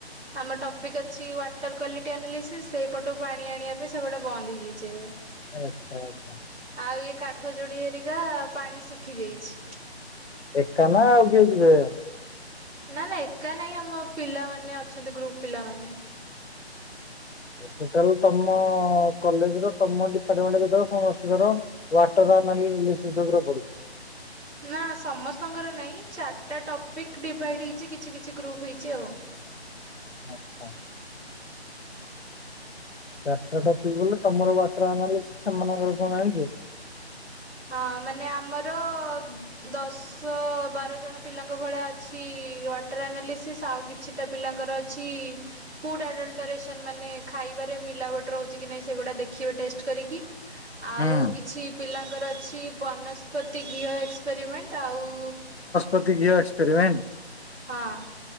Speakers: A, in the centre; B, on the left.
A: ଆମର ଟପିକ୍ ଅଛି ୱାଟର କ୍ଵାଲିଟି ଆନାଲିସିସ୍ ସେଇପଟୁ ପାଣି ଆଣିବା ପାଇଁ ସେ ବାଟ ବନ୍ଦ ହେଇଯାଇଛି ଏବେ।
B: ଆଚ୍ଛା ଆଚ୍ଛା
A: ଆଉ ଏଇ କାଠ ଯୋଡି ହେରିକା ପାଣି ଶୁଖି ଯାଇଚି।
B: ଏକା ନା ଆଉ କିଏ ଯିବେ?
A: ନା ନା ଏକା ନାଇଁ ଆମ ପିଲାମାନେ ଅଛନ୍ତି ଗ୍ରୁପ ପିଲାମାନେ।
B: ଟୋଟାଲ୍ ତମ କଲେଜ୍ ର ତମ ଡିପାର୍ଟମେଣ୍ଟ ଯେତେକ ସମସ୍ତିଙ୍କର ୱାଟର ନାଲି ମିଶି ଯୋଗୁରା ପଡିଚି।
A: ନା ସମସ୍ତଙ୍କର ନାଇଁ ଚାରିଟା ଟପିକ୍ ଡିଭାଇଡ ହେଇଛି କିଛି କିଛି ଗ୍ରୁପ୍ ହେଇଛି ଆଉ।
B: ଆଛା। ଚାରିଟା ଟପି ଗଲେ ତମର ୱାଟର ଆନାଲିଶ୍ ସେମାନଙ୍କର କଣ ଯାଣିଚୁ?
A: ହଁ ମାନେ ଆମର ଦଶ ବାର ଜଣ ପିଲାଙ୍କ ଭଳିଆ ଅଛି ୱାଟର ଆନାଲିସିସ୍ ଆଉ ବି କିଛିଟା ପିଲାଙ୍କର ଅଛି ଫୁଡ ଆଡଲଟରେସନ୍ ମାନେ ଖାଇବାରେ ମିଲାବଟ ରହୁଚି କି ନାହିଁ ସେଗୁଡ଼ା ଦେଖିବେ ଟେଷ୍ଟ କରିକି ଆଉ
B: ହୁଁ।
A: କିଛି ପିଲା ତାଙ୍କର ଅଛି ବନସ୍ପତି ଘିଅ ଏକ୍ସପେରିିମେଣ୍ଟ ଆଉ
B: ପତିି ଘିଅ ଏକ୍ସେରିମେଣ୍ଟ।
A: ହଁ।